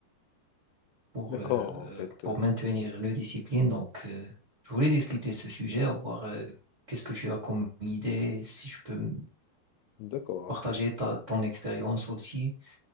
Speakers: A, on the right; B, on the left.
A: pour,
B: D'accord,
A: euh,
B: en fait.
A: pour
B: euh,
A: maintenir le discipline. Donc, euh, je voulais discuter ce sujet, voir euh, qu'est-ce que tu as comme idée, si je peux me
B: D'accord,
A: partager ta- ton expérience aussi.